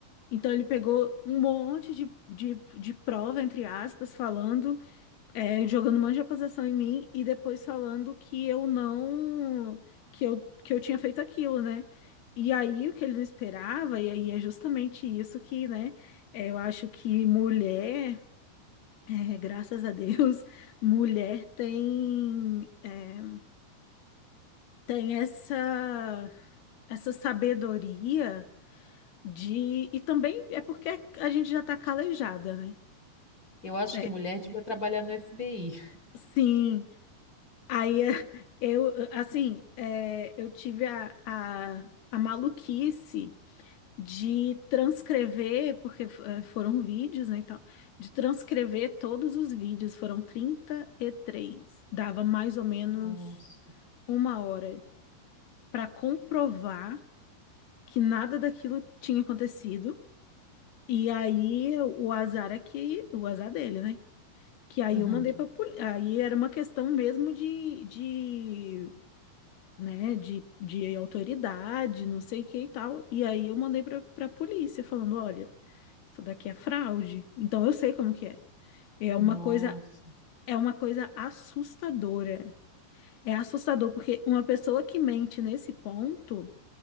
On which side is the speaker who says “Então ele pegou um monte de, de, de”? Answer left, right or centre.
Left